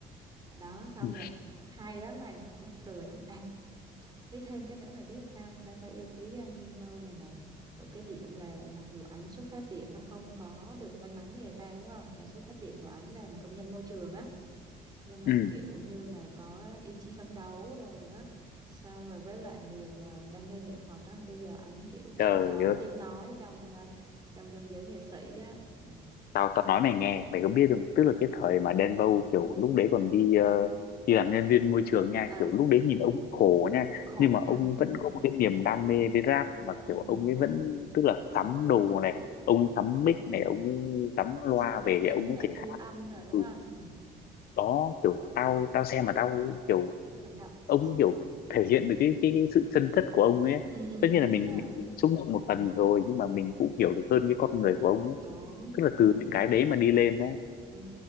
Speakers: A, on the right; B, on the left.
A: đó xong
B: ừ.
A: rồi hay lắm mày mắc cười lắm À với thêm cái nữa mày biết sao không? ta ta yêu quý cái anh nhân Vâu này này ở cái điểm là mặc dù ảnh xuất phát điểm nó không có được may mắn như người ta đúng không tại xuất phát điểm của ảnh làm công nhân môi trường á nhưng mà
B: Ừ.
A: kiểu như mà có ý chí phấn đấu rồi á xong rồi với lại niềm ờ, đam mê nghệ thuật á bây giờ ảnh kiểu
B: trời
A: cũng có
B: ơi
A: tiếng nói trong ờ, trong trong giới nghệ sĩ á ừ.
B: tao tao nói mày nghe mày có biết không tức là cái thời mà Đen Vâu kiểu lúc đấy còn đi ờ, đi làm nhân viên môi trường nha
A: ừ
B: kiểu lúc đấy nhìn ông khổ nha
A: khổ
B: nhưng mà
A: nha
B: ông
A: ừ
B: vẫn có một cái niềm đam mê với rap mà
A: ừ
B: kiểu ông ấy
A: đấy
B: vẫn tức là sắm đồ này ông ấy sắm mic này ông ấy sắm loa
A: sắm máy
B: về
A: tính
B: để ông có
A: rồi
B: thể
A: thu
B: hát
A: âm rồi đúng
B: ừ.
A: không ừ.
B: đó kiểu tao tao xem mà tao kiểu
A: cảm động xúc
B: ông ấy kiểu thể hiện được cái cái, cái sự chân chất của ông ấy
A: ừ ừ
B: tất nhiên là mình
A: đúng rồi
B: mình, mình xúc động một phần rồi nhưng mà mình cũng hiểu được hơn cái con người của ông ấy
A: đúng
B: tức là
A: đúng
B: từ những cái đấy mà đi lên đó
A: ừ.